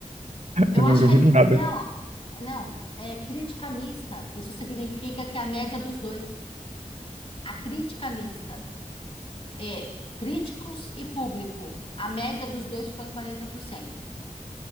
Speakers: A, on the left; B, on the right.
A: Eu
B: Eu Não
A: acho
B: duvido
A: que é,
B: nada.
A: não, não, é crítica mista. Isso significa que é a média dos dois. A crítica mista é críticos e público. A média dos dois ficou em 40%,